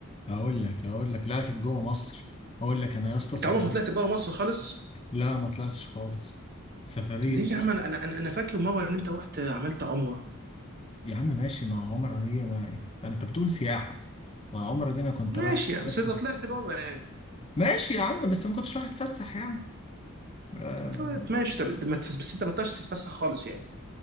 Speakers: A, on the left (about 25°); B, on the right (about 45°).
A: اقول لك اقول لك لا كانت جوه مصر اقول لك انا يا اسطى
B: أنت
A: سفريه
B: عمرك ما طلعت بره مصر خالص؟
A: لا ما طلعتش خالص سفريه
B: ليه يا عم أنا أنا أنا أنا فاكر مرة إن أنت رحت عملت عمرة
A: يا عم ماشي ما هو عمرة هي ما انت بتقول سياحة ما عمرة دي انا كنت
B: ماشي
A: رايح
B: يعني بس
A: أتفسح.
B: أنت طلعت بره يعني
A: ماشي يا عم بس ما كنتش رايح اتفسح يعني آه...
B: طلعت ماشي طب ما تف- بس أنت ما طلعتش تتفسح خالص يعني